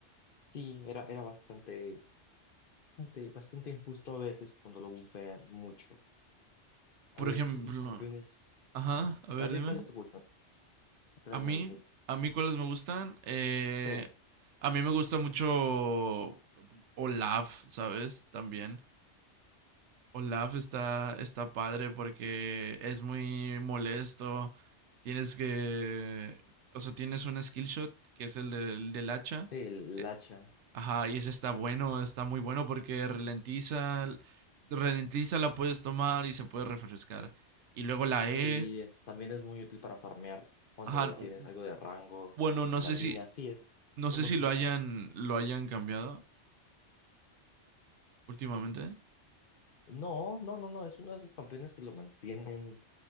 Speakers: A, on the left (about 55°); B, on the right (about 75°).
A: sí, era, era bastante, bastante, bastante injusto a veces cuando lo bufean mucho. A
B: Por
A: ver,
B: ejemplo,
A: ¿qué otros campeones?
B: ajá,
A: Mm,
B: a ver,
A: ¿A ti
B: dime.
A: cuáles te gustan, realmente?
B: A mí, a mí cuáles me gustan? Eh,
A: Sí,
B: a mí me gusta mucho Olaf, ¿sabes? También. Olaf está, está padre porque es muy molesto. Tienes que. O sea, tienes un skill shot que es el del, del hacha.
A: sí, el
B: Eh,
A: hacha,
B: Ajá, y ese está bueno, está muy bueno porque ralentiza. Ralentiza, la puedes tomar y se puede refrescar. Y luego la E.
A: sí, es, también es muy útil para farmear cuando
B: Ajá,
A: tienes
B: u-
A: algo de rango
B: bueno,
A: en
B: no sé
A: la línea,
B: si.
A: sí, es,
B: No
A: es
B: sé
A: un buen
B: si
A: pick.
B: lo hayan. lo hayan cambiado últimamente.
A: No, no, no, no, es uno de esos campeones que lo mantienen.